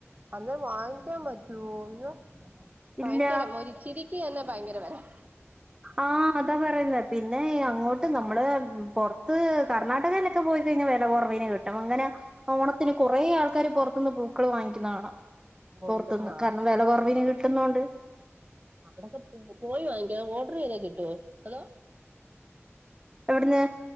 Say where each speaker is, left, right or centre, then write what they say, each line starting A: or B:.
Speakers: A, on the right (about 35°); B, on the right (about 15°).
A: അന്ന് വങ്ങിക്കാൻ പറ്റോ. ഇയ്യോ ഭയങ്കരം
B: ഇല്ല
A: ഒരുച്ചിരിക്കെന്നെ ഭയങ്കര വെലെ
B: ആ അതാ പറയ്ന്നെ പിന്നെ അങ്ങോട്ട് നമ്മള് പൊർത്ത് കർണാടകേല് ക്കെ പോയി കഴിഞ്ഞാ വില കൊർവിന് കിട്ടും അങ്ങനെ ഓണത്തിന്
A: ആഹ്
B: കൊറെേ ആൾക്കാര് പൊറത്ത്ന്ന് പൂക്കള് വാങ്ങിക്കുന്നെ കാണം
A: ഉണ്ട്
B: പൊർത്ത്ന്ന്
A: ആഹ്
B: കാരണം വെല കുർവിന് കിട്ടുന്നൊണ്ട്
A: അവിടൊക്കെ പോ പോയി വാങ്ങിക്കണം ഓഡറെയിതാ കിട്ടുവോ അതോ
B: എവിട്ന്ന്